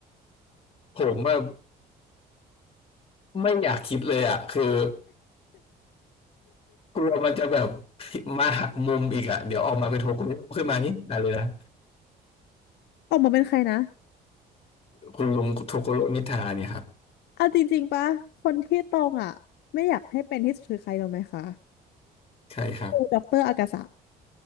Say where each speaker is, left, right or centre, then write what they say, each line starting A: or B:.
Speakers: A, on the left; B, on the left.
A: ผมว่าไม่อยากคิดเลยอ่ะคือกลัวมันจะแบบมาหักมุมอีกอ่ะเดี๋ยวออกมาเป็นโทโกโร่ขึ้นมานี่ได้เลยนะ
B: ออกมาเป็นใครนะ
A: คุณลุงโทโกโร่นิทาเนี่ยครับ
B: เอาจริงๆปะ คนที่ตรงอ่ะไม่อยากให้เป็นที่สุดคือใครรู้ไหมคะ
A: ใช่ครับ
B: คือด็อกเตอร์อากาสะ